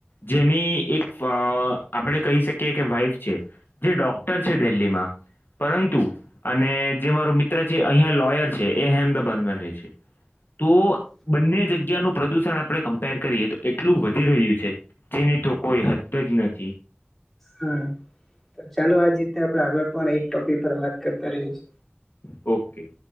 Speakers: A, on the left; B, in the centre.
A: જેની એક આપડે કહી શકીએ કે વાઈફ છે જે ડોક્ટર છે દિલ્હીમાં પરંતુ અને જે મારો મિત્ર છે અહિયાં લોયર છે એ અહેમદાબાદમાં રહે છે તો બંને જગ્યાનું પ્રદુષણ આપણે કમ્પેર કરીએ તો એટલું વધી રહ્યું છે તેની તો કોઈ હદ જ નથી.
B: હા તો ચાલો આજ રીતે આપણે આગળ પણ એ ટોપિક પર વાત કરતા રહીશ
A: ઓકે